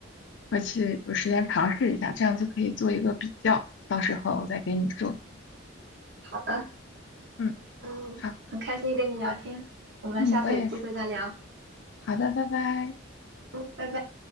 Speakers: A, on the left; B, on the right.
A: 回去有时间尝试一下，这样就可以做一个比较，到时候我再给你说，
B: 好的，
A: 嗯，
B: 嗯，
A: 好，
B: 很开心跟你聊天，我们下次有机会再聊。
A: 嗯，我也是，好的，拜拜。
B: 嗯，拜拜。